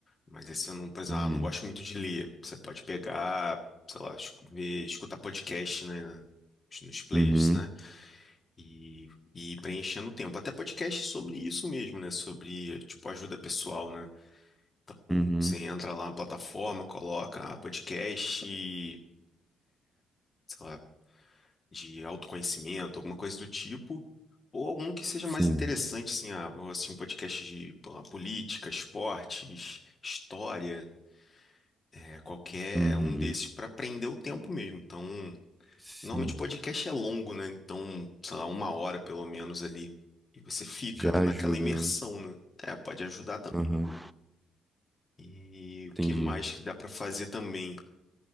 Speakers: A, on the left; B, in the centre.
A: Mas esse eu não, por exemplo,
B: Uhum,
A: ah, eu não gosto muito de ler. Você pode pegar, sei lá, esc- ver, escutar podcast, né? Nos players,
B: uhum,
A: né? E, e ir preenchendo o tempo. Até podcast sobre isso mesmo, né? Sobre, tipo, ajuda pessoal, né? Um,
B: uhum,
A: Você entra lá na plataforma, coloca ah, podcast, sei lá, de autoconhecimento, alguma coisa do tipo, ou algum que seja
B: sim,
A: mais interessante, assim, ah, vou assistir um podcast de pô, lá, política, esportes, história, é, qualquer
B: uhum,
A: um desses para prender o tempo mesmo. Então,
B: sim,
A: normalmente podcast é longo, né? Então, sei lá, uma hora pelo menos ali. E você fica
B: Já ajuda,
A: naquela imersão,
B: né?
A: né? É, pode ajudar também.
B: Aham,
A: E o
B: entendi.
A: que mais que dá para fazer também?